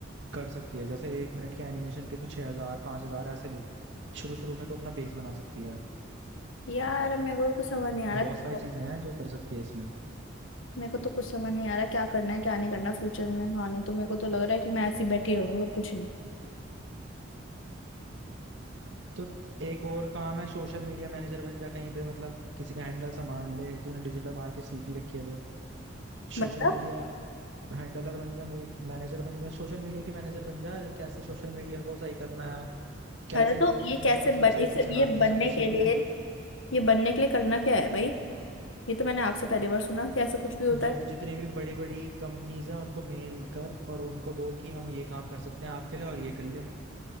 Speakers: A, on the right; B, on the left.
A: कर सकती है जैसे एक मिनट के एनिमेशन के तो छह हजार पांच हजार ऐसे ले शुरू शुरू में तो अपना बेस बना सकती है
B: यार मेरे को तो कुछ समझ नहीं आ रहा
A: बहुत
B: क्या
A: सारी
B: हो
A: चीजें हैं जो कर सकती है इसमें
B: मेरे को तो कुछ समझ नहीं आ रहा क्या करना है क्या नहीं करना फ्यूचर में हाँ नहीं तो मेरे को तो लग रहा है कि मैं ऐसी बैठी रहूंगी और कुछ नहीं
A: तो एक और काम है सोशल मीडिया मैनेजर बन जा कहीं पे मतलब किसी का हैंडल संभाल ले तूने डिजिटल मार्केट सीख ही रखी है तो
B: मतलब
A: सोशल मीडिया हैंडलर बन जा मैनेजर बन जा सोशल मीडिया की मैनेजर बन जा कैसे सोशल मीडिया को सही करना है कैसे
B: अरे
A: लोगों
B: तो
A: की
B: ये कैसे
A: चीजें मतलब
B: बन
A: सही
B: इस
A: से चलानी
B: ये
A: है
B: बनने
A: सबको
B: के
A: सीख
B: लिए
A: ले
B: ये बनने के लिए करना क्या है भाई ये तो मैंने आपसे पहली बार सुना कि ऐसा कुछ भी होता
A: जो
B: है
A: जितनी भी बड़ी बड़ी कंपनीज हैं उनको मेल कर और उनको बोल कि हम ये काम कर सकते हैं आपके लिए और ये कर ले